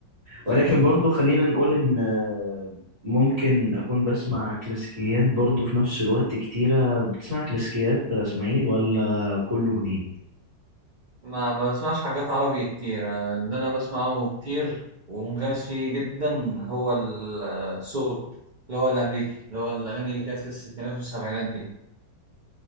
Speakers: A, on the right; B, on the right.
A: ولكن برضو خلينا نقول ان آه، ممكن اكون بسمع كلاسيكيات برضو في نفس الوقت كتيرة بتسمع كلاسيكيات يا اسماعيل ولا كله جديد
B: ما ما بسمعش حاجات عربي كتير آه، اللي أنا بسمعه كتير ومنغمس فيه جدا هو ال- آه، السول اللي هو الأمريكي اللي هو الأغاني اللي كانت في الستينات والسبعينات دي